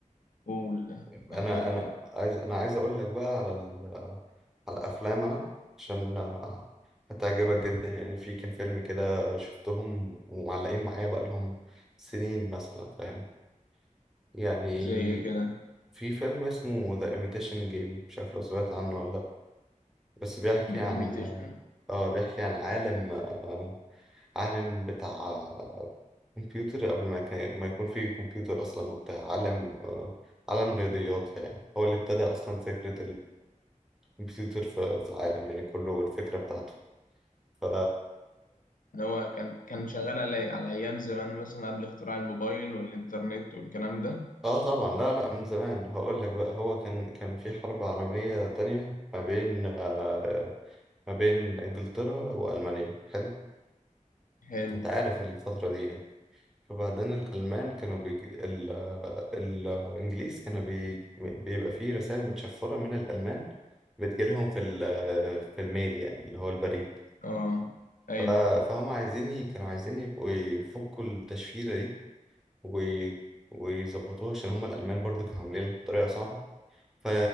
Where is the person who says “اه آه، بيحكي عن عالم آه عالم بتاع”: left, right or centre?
Centre